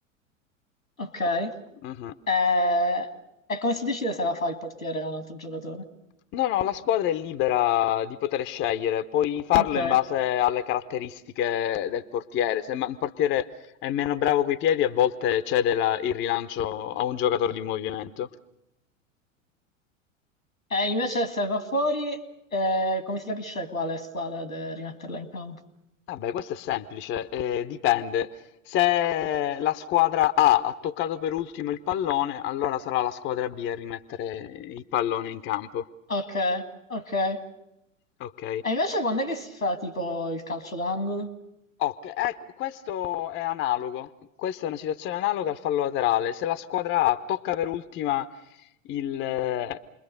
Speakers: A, on the left; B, on the left.
A: Ok.
B: Mhm.
A: Eh, E come si decide se la fa il portiere o un altro giocatore?
B: No, no, la squadra è libera di poter scegliere, puoi farlo
A: Ok.
B: in base alle caratteristiche del portiere. Se ma- un portiere è meno bravo coi piedi, a volte cede la- il rilancio a un giocatore di movimento.
A: E invece se va fuori, eh, come si capisce quale squadra deve rimetterla in campo?
B: Vabbè, questo è semplice, eh, dipende. Se la squadra A ha toccato per ultimo il pallone, allora sarà la squadra B a rimettere il pallone in campo.
A: Ok, ok. E
B: Ok?
A: invece quando è che si fa tipo il calcio d'angolo?
B: Ok, ecco, questo è analogo, questa è una situazione analoga al fallo laterale. Se la squadra A tocca per ultima il, eh,